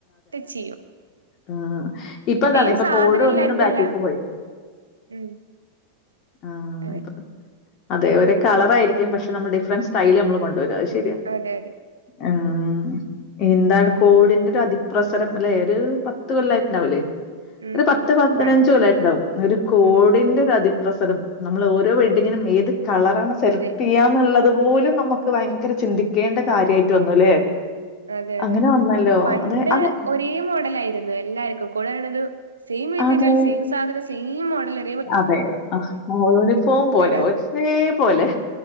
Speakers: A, on the right; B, on the left.
A: ടച്ച് ചെയ്യും
B: ഉം ഇപ്പൊ അതാണ്
A: സെയിം
B: ഇപ്പൊ
A: സാധനം
B: കോഡ്
A: എല്ലാർക്കും
B: ഒന്ന് ബാക്കിൽക്ക്
A: അല്ല
B: പോയി
A: ഉം
B: ആഹ്
A: അതെ
B: അതെ ഒരു കളറായിരിക്കും പക്ഷെ നമ്മൾ ഡിഫറന്റ്
A: ഉം
B: സ്റ്റൈല് നമ്മൾ കൊണ്ടുവരും അത് ശെരിയാ
A: അതെ അതെ
B: ആഹ് എന്താണ് കോഡിന്റെ ഒരു അതിപ്രസരം അല്ലെ ഒരു പത്ത് കൊല്ലായിട്ടുണ്ടാവുല്ലേ
A: ഉം ഉം
B: ഒരു പത്ത്
A: ഉം
B: പതിനഞ്ച്
A: പണ്ട്
B: കൊല്ലായിട്ടുണ്ടാവും ഒരു കോഡിന്റെ
A: ഉം
B: അതി പ്രസരം നമ്മള് ഓരോ വെഡ്ഡിങ്ങിനും ഏത് കളറാണ് സെലക്ട്
A: അതെ
B: ചെയ്യാന്നുള്ളതും പോലും നമുക്ക് ഭയങ്കര ചിന്തിക്കേണ്ട കാര്യമായിട്ട് വന്നുല്ലേ
A: അതെ അതെ
B: അങ്ങനെ വന്നല്ലോ.
A: പണ്ട്
B: അതെ അതെ
A: ഒരേ മോഡലായിരുന്നു എല്ലാർക്കും കൂടെയുള്ളത് സെയിം മെറ്റീരിയൽ
B: അതെ
A: സെയിം സാ സാധനം സെയിം മോഡല്
B: അതെ അഹ് യൂണിഫോം പോലെ
A: എട
B: ഒരേ പോലെ